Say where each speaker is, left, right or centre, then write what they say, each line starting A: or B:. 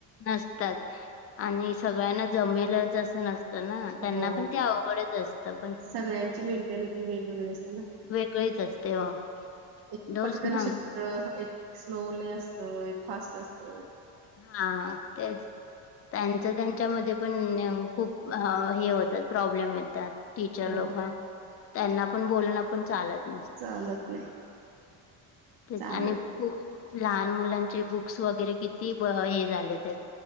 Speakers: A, on the left; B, on the right.
A: नसतात आणि सगळ्यांना जमेलचं नस तना, त्यांना
B: हो
A: पण ते अवघडच असत पण
B: सगळ्यांची मेंटॅलिटी वेगवेगळी असते ना
A: वेगळीच असते ओ
B: एक
A: डोस
B: पटकन
A: ना
B: शिकत एक स्लोली असतं एक फास्ट असतं.
A: हा तेच त्यांच त्यांच्यामध्ये पण खूप हे होतात. प्रॉब्लेम येतात टीचर लोक
B: हो
A: त्यांना पण बोलणं पण चालत
B: चालत नाही
A: तेच
B: चालेल
A: आणि लहान मुलांचे बुक्स वगैरे किती हे झालेत आहेत.